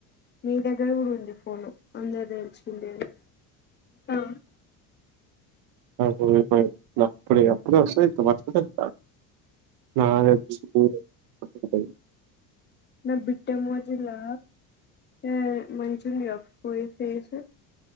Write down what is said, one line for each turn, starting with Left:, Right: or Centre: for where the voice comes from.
Left: మీ దగ్గర కూడా ఉంది ఫోను అందరు తెలుసిండేదే కా
Right: నాకు రూపాయి <inaudible> అప్పుడే అప్పుడు ఒస్తే, ఇట్ల పట్టుకుంటే ఇత్తా. నాదె స్పూను <inaudible>
Left: నా బిట్టే మోజలా ఏ మంచి ఉంది గా ఫోయి ఫేసు.